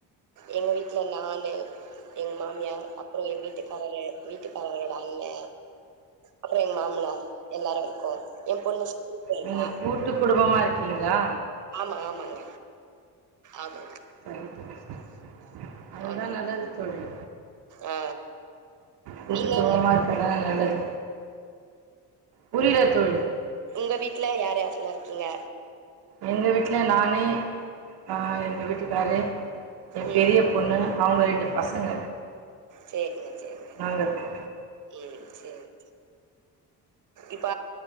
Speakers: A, on the right; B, on the right.
A: எங்க வீட்ல நானு எங்க மாமியார் அப்றோ எ வீட்டுக்காரர் வீட்டுக்கார அண்ண அப்றோ எங்க மாம்னார் எல்லாரு இருக்கோ எ பொண்ணு போயிருக்கா
B: நீங்க கூட்டு குடும்பமா இருக்கீங்களா
A: ஆமா ஆமாங்க ஆமாங்க
B: சரி <inaudible> அதுதா
A: ஆமாங்க
B: நல்லது தோழி
A: ஆ
B: கூட்டு
A: நீங்க
B: குடும்பமா
A: உங்க
B: இருப்பதா நல்லது புரில தோழி
A: உங்க வீட்ல யார் யார்லா இருக்கீங்க
B: எங்க வீட்ல நானு அ எங்க வீட்டுக்காரு எ
A: ம்
B: பெரிய பொண்ணு அவுங்க ரெண்டு பசங்க
A: சேரிங்க சேரிங்க
B: நாங்க இருக்கோ
A: இ சரி சரி இப்ப